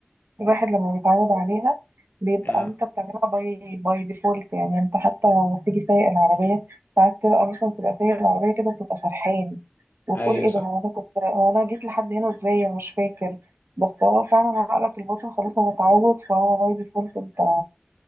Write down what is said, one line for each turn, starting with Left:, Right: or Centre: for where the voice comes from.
Right: الواحد لما بيتعود عليها بيبقى
Left: أه
Right: انت بتعملها باي باي ديفولت يعني انت حتى لما تيجي سايق العربيه ساعات تبقى مثلا تبقى سايق العربيه كده بتبقى سرحان وتقول
Left: أيوه
Right: ايه
Left: صح
Right: ده هو انا كنت هو انا جيت لحد هنا ازاي انا مش فاكر بس هو فعلا عقلك الباطن خلاص هو اتعود فهو باي ديفولت انت